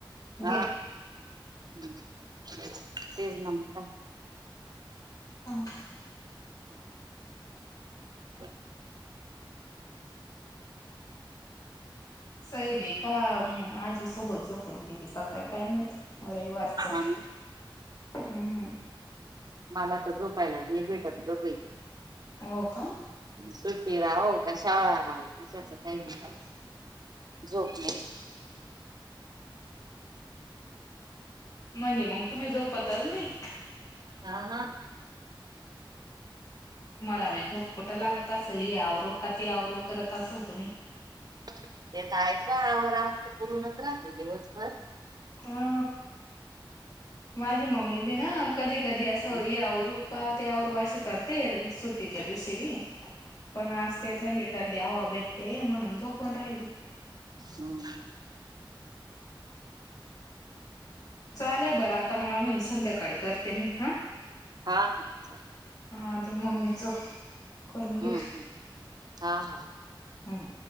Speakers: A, on the right; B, on the left.
A: हा
B: घे.
A: तेच नम का
B: ह
A: <unintelligible>
B: सैब का आजी सोबत जोपून गेली का काय काय मात वही वारच
A: आणि
B: हम्
A: मला तर झोपायला म भेटत गपई
B: हो का
A: सुट्टी राहू कशाळा राहू कशाच काही म्ह
B: हम्
A: झोप नाही
B: म्हणजे मग तुम्ही जोपतल नाही
A: ह हा
B: तुम्हाला झो कुठं लागत सलर कथीव करत असेल तुम्ही.
A: तेच आहेत बा आवार आवर परणच राहते दिवसभर
B: हा माझी मम्मी बी ना कधी कधी असं
A: हम्म
B: यावर का ते औ असे करते रे सुट्टीच्या दिवशी बी पण आज ते थंडीत डी हवा भेटते म्हणून झोपून राहिली
A: हम्
B: चालेल बरं आता मून संध्याकाळी करते मी हा
A: हा हा चाले
B: हा ते मम्मीच करून घेत
A: हम्म हा हा
B: हम्